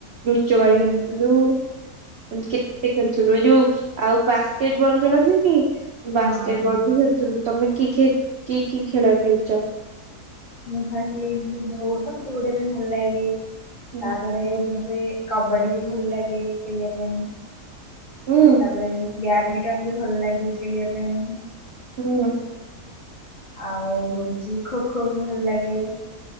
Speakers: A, on the right; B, on the left.
A: ଲୁଚକାଳି
B: ହୁଁ।
A: ଖେଳୁଥିଲୁ, ଏମିତି କେତେ ଖେଳିଥିଲୁ। ଏ ଯୋଉ ଆଉ ବାସ୍କେଟ ବଲ୍ ଖେଳନ୍ତିନି ବାସ୍କେଟ
B: ହଁ।
A: ବଲ ବି ଖେଳୁଥିଲୁ। ତମେ କି ଖି କି କି ଖେଳ ଖେଲିଚ?
B: ମୁଁ ଫାଷ୍ଟ ହେଇ ଧୋ ମାନେ ଦଉଡିବା ପାଇଁ ଭଲ ଲାଗେ।
A: ହୁଁ
B: ତାପରେ ଯଉ ରେ କବାଡି ବି ଭଲ ଲାଗେ ଖେଳିବା ପାଇଁ।
A: ହୁଁ
B: ତାପରେ ବ୍ୟାଡ ମିଟନ ବି ଭଲ ଲାଗେ ଖେଳିବା ପାଇଁ।
A: ହୁଁ।
B: ଆଉ ହଉଚି ଖୋ ଖୋ ବି ଭଲ ଲାଗେ।